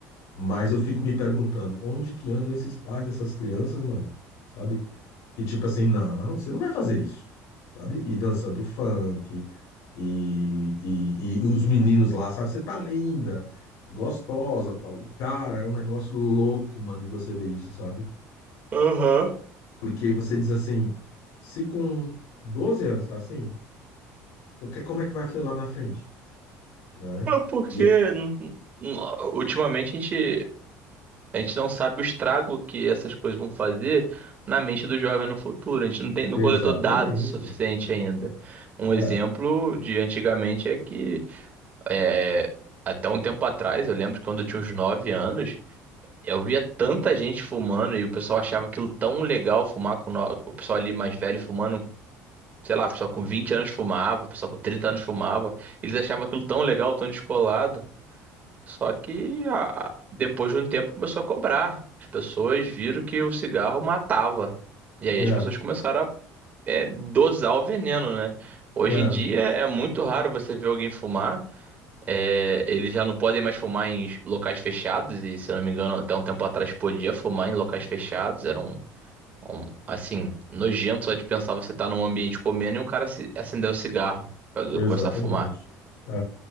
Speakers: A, on the left; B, on the right.
A: Mas eu fico me perguntando, onde que andam esses pais dessas crianças, mano? Sabe? E tipo assim, não, você não vai fazer isso, sabe? E dançando funk, e, e, e os meninos lá, sabe? Você tá linda, gostosa, tal. E cara, é um negócio louco, mano, de você ver isso, sabe?
B: Aham.
A: Porque você diz assim, se com 12 anos tá assim, o que- como é que vai ser lá na frente, né?
B: É porque
A: E é-
B: n- n- ultimamente a gente A gente não sabe o estrago que essas coisas vão fazer na mente do jovem no futuro. A gente não tem, não
A: exatamente.
B: coletou dados o suficiente ainda. Um
A: É,
B: exemplo de antigamente é que é, até um tempo atrás, eu lembro que quando eu tinha uns 9 anos, eu via tanta gente fumando e o pessoal achava aquilo tão legal fumar com no- o pessoal ali mais velho fumando. Sei lá, o pessoal com 20 anos fumava, o pessoal com 30 anos fumava. Eles achavam aquilo tão legal, tão descolado. Só que a- depois de um tempo começou a cobrar. As pessoas viram que o cigarro matava. E aí
A: é,
B: as pessoas começaram a é, dosar o veneno, né? Hoje
A: é,
B: em dia é muito raro você ver alguém fumar. É, eles já não podem mais fumar em locais fechados. E se eu não me engano, até um tempo atrás podia fumar em locais fechados. Era um, um, assim, nojento só de pensar você tá num ambiente comendo e um cara se, acender o cigarro pra
A: exatamente.
B: começar a fumar.
A: É.